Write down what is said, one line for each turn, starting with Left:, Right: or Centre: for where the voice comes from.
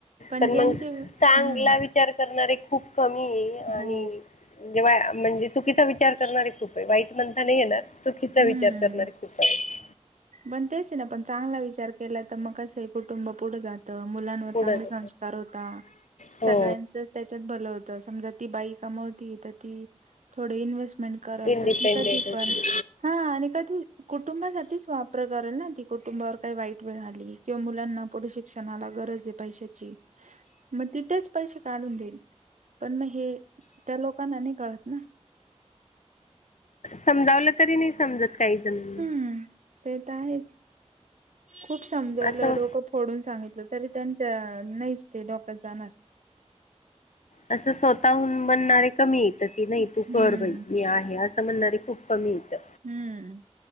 Left: पण
Right: ज्यांचे
Left: मग
Right: हम्म
Left: चांगला वि विचार करणारे खूप कमीये. आणि
Right: हो
Left: जेव्हा म्हणजे चुकीचा विचार करणारे खूपे. वाईट म्हणता नाही येणार. चुकीचा
Right: हम्म
Left: विचार करणारी खूप आहेत.
Right: पण तेच ना. पण चांगला विचार केला त मग कसंय. कुटुंब पुढ जात मुलांवर
Left: पुढं
Right: चांगले संस्कार होता.
Left: हो
Right: सगळ्यांचच त्याच्यात भल होत. समजा ती बाई कमवती त ती, थोड इन्व्हेस्ट मेट करल
Left: इंडिपेंडेंट
Right: त ती कधी
Left: होती
Right: पण, हा आणि कधी कुटुंबासाठी वाप प्रकारे ना ती कुटुंबावर काही वाईट वेळ आली किंवा मुलांना पुढे शिक्षणाला गरज आहे पैशाची मग तिथेच पैसे काढून देईल पण मग हे त्या लोकांना नाही कळत ना.
Left: समजावलं तरी नाही समजत काह जनींना
Right: हम् ते तर आहेच. खूप समजवलं
Left: असं
Right: डोकं फोडून सांगितलं तरी त्यांच्या नाहीच ते डोक्यात जाणार.
Left: असं स्वतःहून म्हणणारे कमी येत ती नाही तू
Right: हम्म
Left: कर बाई मी आहे असं म्हणणारे खूप कमी इथं
Right: हम्म